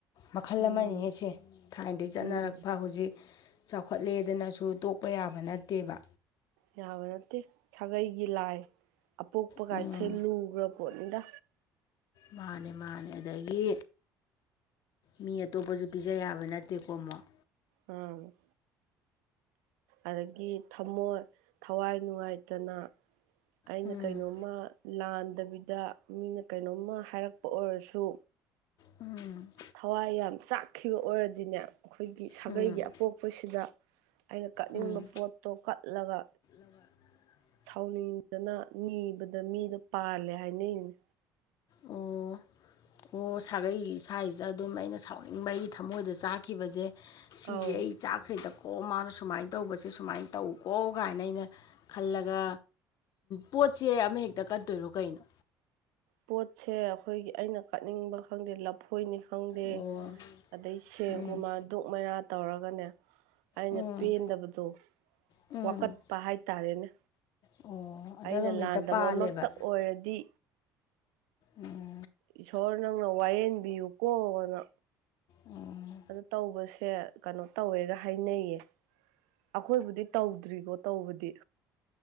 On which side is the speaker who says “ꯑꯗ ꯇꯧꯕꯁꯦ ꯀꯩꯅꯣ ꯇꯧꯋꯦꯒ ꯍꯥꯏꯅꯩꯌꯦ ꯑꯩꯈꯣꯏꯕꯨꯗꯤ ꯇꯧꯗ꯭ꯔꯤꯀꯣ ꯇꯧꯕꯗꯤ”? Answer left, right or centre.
Right